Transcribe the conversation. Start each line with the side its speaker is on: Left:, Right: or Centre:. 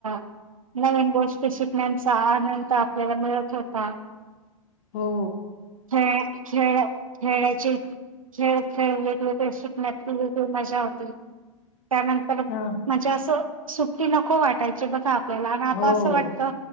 Right: <unintelligible> नवीन गोष्टी शिकण्यांचा आनंद आपल्याला मिळत होता.
Left: हो.
Right: खेळ खेळ खेळ्याचे खेळ खेळले ते शिकण्यात ति वेगळी मजा होती त्यानंतर
Left: हा
Right: म्हणजे अस सुट्टी नको वाटायची बघा त्याला आणि आता
Left: हो.
Right: असं वाटतं